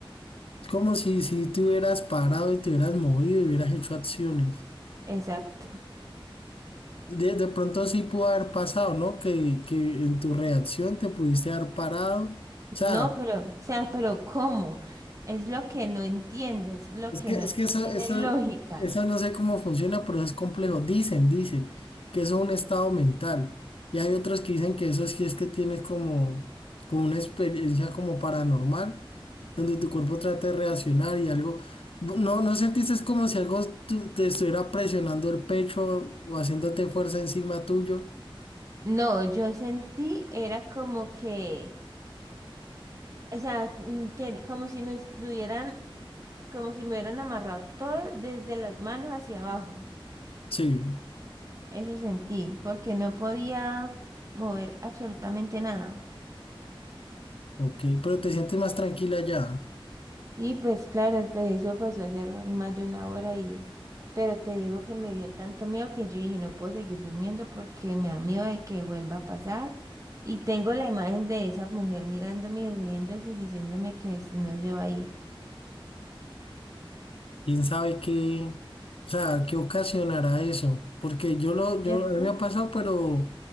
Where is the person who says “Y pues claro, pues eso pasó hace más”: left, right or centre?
Right